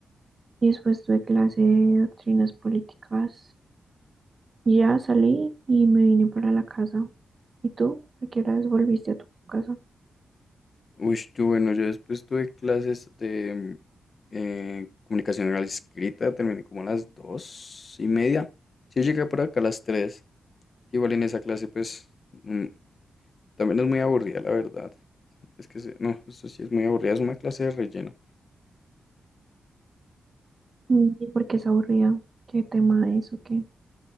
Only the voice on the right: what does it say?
Y después tuve clase de doctrinas políticas. ya salí y me vine para la casa. ¿Y tú? ¿A qué horas volviste a tu casa?
Mm, ¿Y por qué es aburrida? ¿Qué tema es o qué?